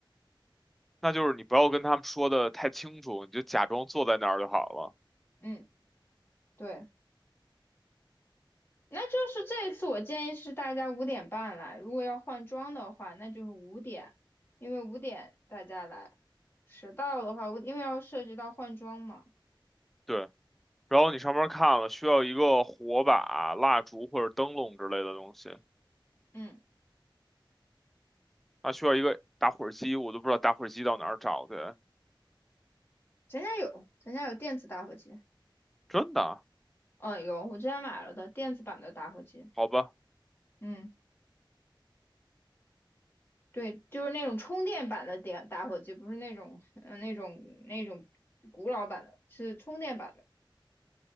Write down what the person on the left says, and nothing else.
嗯，对，那就是这一次我建议是大家五点半来，如果要换装的话，那就是五点，因为五点大家来，迟到的话，我因为要涉及到换装嘛。
嗯，
咱家有，咱家有电子打火机。
嗯，有，我之前买了的电子版的打火机。
嗯，对，就是那种充电版的电打火机，不是那种嗯、呃那种那种古老版的，是充电版的。